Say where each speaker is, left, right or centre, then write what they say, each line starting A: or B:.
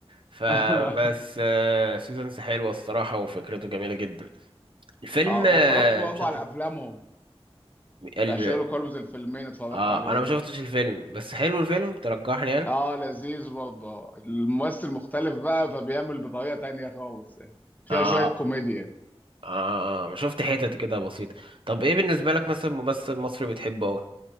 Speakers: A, on the right; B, on the left.
A: فبس
B: <laughs>
A: سيزونز حلوه الصراحه وفكرته جميله جدا الفيلم
B: اه
A: آه،
B: واتفرجت برضه
A: مش
B: على افلامهم
A: هديك
B: بتاع شيرلوك هولمز الفيلمين اتفرجت
A: اه
B: عليهم
A: انا ما شفتش
B: برضه
A: الفيلم بس حلو الفيلم ترجحني يعني
B: اه لذيذ برضه آه. الممثل مختلف بقى فبيعمل بطريقة تانية خالص يعني فيها
A: اه
B: شوية كوميديا
A: اه ما شفت حتت كده بسيطة طب ايه بالنسبة لك مثلا ممثل مصري بتحبه اوي